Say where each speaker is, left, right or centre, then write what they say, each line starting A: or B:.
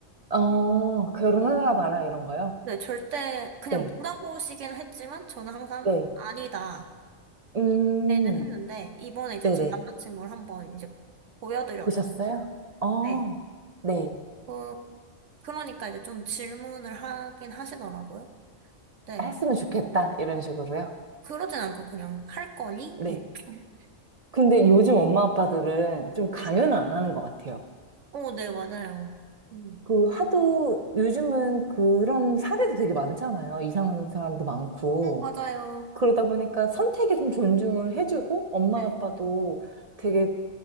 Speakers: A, on the right; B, on the right.
A: 어, 결혼하나 봐라, 이런 거요?
B: 네, 절대 그냥
A: 네.
B: 물어보시긴 했지만 저는 항상
A: 네.
B: 아니다.
A: 음,
B: 는 했는데 이번에 이제
A: 네네.
B: 제 남자친구를 한번 이제 보여드렸거든요.
A: 보셨어요? 어.
B: 네.
A: 네.
B: 그 그러니까 이제 좀 질문을 하긴 하시더라고요. 네.
A: 했으면 좋겠다, 이런 식으로요?
B: 그러진 않고 그냥 할 거니?
A: 네.
B: 이렇게. <laughs>
A: 근데 요즘 엄마 아빠들은 좀 강요는
B: 네.
A: 안 하는 것 같아요.
B: 오, 네, 맞아요. 음.
A: 그 하도 요즘은 그런 사례도 되게 많잖아요. 이상한 사람도 많고.
B: 오, 맞아요.
A: 그러다 보니까 선택에 좀 존중을 해주고 엄마
B: 네.
A: 아빠도 되게